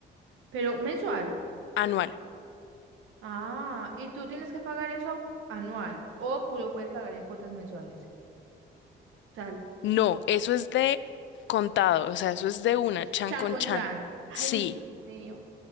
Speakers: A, on the right (about 85°); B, on the left (about 70°).
A: Pero mensual.
B: anual.
A: Ah, y tú tienes que pagar eso anual o pu- lo puedes pagar en cuotas mensuales. O sea,
B: No, eso es de contado, o sea, eso es de una,
A: eso
B: chan
A: es chan
B: con
A: con
B: chan.
A: chan. Ay,
B: Sí,
A: Dios mío.